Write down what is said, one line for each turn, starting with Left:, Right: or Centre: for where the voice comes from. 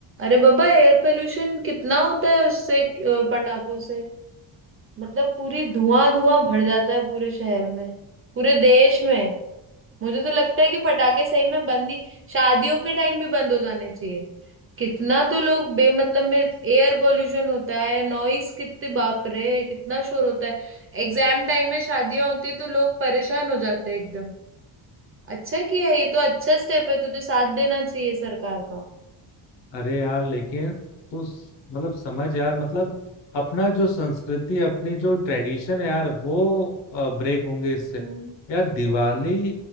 Right: अरे बाबा एयर पोल्यूशन कितना होता है उससे अ, पटाखों से मतलब पूरी धुआं धुआं भर जाता है पूरे शहर में पूरे देश में मुझे तो लगता है कि पटाखे सही में बंद ही शादियों के टाइम भी बंद हो जाने चाहिए कितना तो लोग बेमतलब में एयर पोल्यूशन होता है नॉइस कितने बाप रे कितना शोर होता है एग्जाम टाइम में शादियां होती है तो लोग परेशान हो जाते हैं एकदम अच्छा किया ये तो अच्छा स्टेप है तुझे साथ देना चाहिए सरकार का
Left: अरे यार लेकिन तू स- मतलब समझ यार मतलब अपना जो संस्कृति अपनी जो ट्रेडिशन है यार वो ब्रेक होंगे इससे
Right: हम्म
Left: यार दिवाली